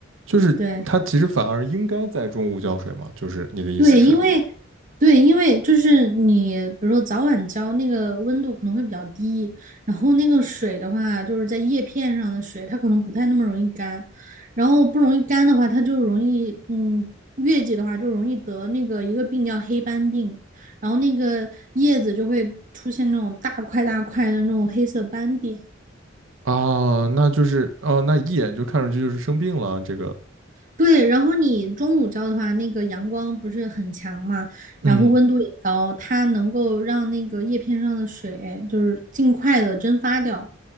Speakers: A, on the right; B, on the right.
A: 就是它其实反而应该在中午浇水嘛，
B: 对，
A: 就是你的意思是
B: 对，因为对，因为就是你，比如说早晚浇那个温度可能会比较低，然后那个水的话，就是在叶片上的水，它可能不太那么容易干，然后不容易干的话，它就容易，嗯，月季的话就容易得那个一个病叫黑斑病，然后那个叶子就会出现那种大块大块的那种黑色斑点。
A: 啊，那就是哦，那一眼就看上去就是生病了这个。
B: 对，然后你中午浇的话，那个阳光不是很强嘛，
A: 嗯。
B: 然后温度也高，它能够让那个叶片上的水就是尽快的蒸发掉，